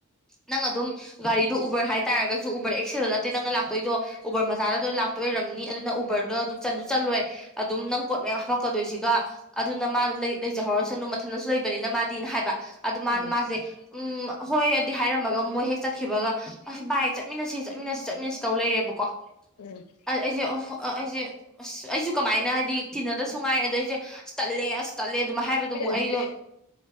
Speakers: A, in the centre; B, on the left.
A: ꯅꯪ ꯑꯗꯨꯝ ꯒꯥꯔꯤꯗꯣ ꯎꯕꯔ ꯍꯥꯏꯇꯥꯔꯒ ꯁꯨ ꯎꯕꯔ ꯑꯦꯛꯁꯦꯜꯗ ꯅꯠꯇꯦ ꯅꯪꯅ ꯂꯥꯛꯇꯣꯏꯗ‌ꯣ ꯎꯕꯔ ꯃꯆꯥꯗ ꯑꯗꯨꯝ ꯂꯥꯛꯇꯣꯏ ꯑꯣꯏꯔꯝꯅꯤ ꯑꯗꯨꯅ ꯎꯕꯔꯗꯣ ꯑꯗꯨ ꯆꯟꯁꯨ ꯆꯟꯂꯣꯏ ꯑꯗꯨꯝ ꯅꯪ ꯄꯣꯠ ꯃꯌꯥꯝ ꯍꯥꯄꯛꯀꯗꯣꯏꯁꯤꯒ ꯑꯗꯨꯅ ꯃꯥ ꯑꯗꯨꯝ ꯂꯩꯖꯍꯧꯔꯁꯅꯨ ꯃꯊꯟꯗꯁꯨ ꯂꯩꯕꯅꯤꯅ ꯃꯥꯗꯤꯅ ꯍꯥꯏꯕ ꯑꯗꯨ ꯃꯥꯅ
B: ꯎꯝ
A: ꯃꯥꯁꯦ ꯎꯝ ꯍꯣꯏꯗꯤ ꯍꯥꯏꯔꯝꯃꯒ ꯃꯣꯏ ꯍꯦꯛ ꯆꯠꯈꯤꯕꯒ ꯑꯁ ꯕꯥꯏ ꯆꯠ ꯃꯤꯟꯅꯁꯤ ꯆꯠꯃꯤꯟꯅꯁꯤ ꯆꯠꯃꯤꯟꯅꯁꯤ ꯇꯧ ꯂꯩꯔꯦꯕꯀꯣ
B: ꯎꯝ
A: ꯑꯥ ꯑꯩꯖ‌ꯦ ꯑꯥ ꯑꯩꯖ‌ꯦ ꯑꯁ ꯑꯩꯖꯨ ꯀꯃꯥꯏꯅ ꯍꯥꯏꯗꯤ ꯇꯤꯟꯅꯗꯁꯨꯨ ꯉꯥꯏ ꯑꯗ ꯑꯩꯁꯦ ꯇꯜꯂꯦ ꯑꯁ ꯇꯜꯂꯦ ꯗꯨꯝ ꯍꯥꯏꯕꯗꯨꯃꯨꯛ
B: ꯇꯥꯃꯤꯟꯅꯅꯤꯡꯗꯦ
A: ꯑꯩꯗꯣ